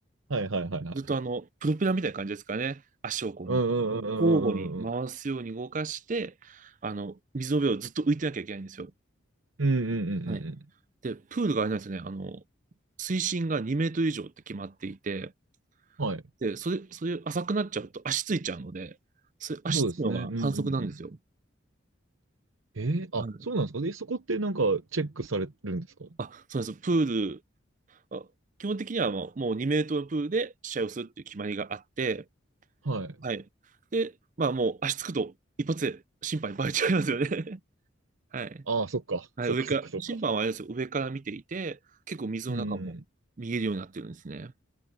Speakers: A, on the right; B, on the right.
A: はいはいはいはいはい。
B: ずっとあの、プロペラみたいな感じですかね。足をこうに、
A: うんうんうんうんうんうんうん。
B: 交互に回すように動かして、あの、水の上をずっと浮いてなきゃいけないんですよ。
A: うんうんうんうん
B: はいで、プールがあれなんですよね。あの、水深が2メートル以上って決まっていて、
A: うん。はい。
B: で、それ、そういう浅くなっちゃうと足ついちゃうので、それ足つくのが反則なんですよ。
A: そうですね。うんうんうん。ええあ、
B: はい
A: そうなんですか。で、そこってなんか、チェックされるんですか
B: あ、そうなんです。プール、あ基本的にはもう、もう2メートルのプールで試合をするっていう決まりがあって、
A: はい。
B: はい。で、まあもう足つくと一発で審判にバレちゃいますよね。<laughs> はい。
A: ああ、そっか。
B: はい、
A: そっかそっかそっか。
B: 上から、審判はあれですよ、上から見ていて、結構水の中も見えるようになってるんですね。
A: うんうん